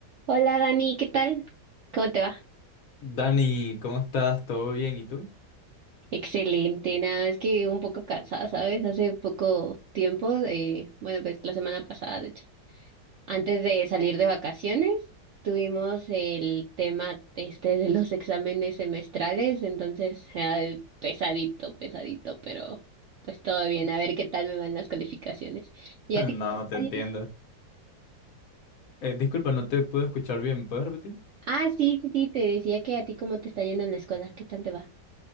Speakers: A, on the right; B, on the left.
A: Hola Dani, ¿qué tal? ¿Cómo te va?
B: Dani, ¿cómo estás? ¿Todo bien? ¿Y tú?
A: Excelente, nada más que un poco cansada, ¿sabes? Hace poco tiempo, eh, bueno, pues la semana pasada, de hecho, antes de salir de vacaciones, tuvimos el tema este de los exámenes semestrales, entonces, ay, pesadito, pesadito, pero pues todo bien, a ver qué tal me van las calificaciones. ¿Y
B: <laughs>
A: a ti
B: No,
A: cómo te está
B: te entiendo.
A: yendo?
B: Eh, disculpa, no te puedo escuchar bien. ¿Puedes repetir?
A: Ah, sí, sí, sí, te decía que a ti cómo te está yendo en la escuela, ¿qué tal te va?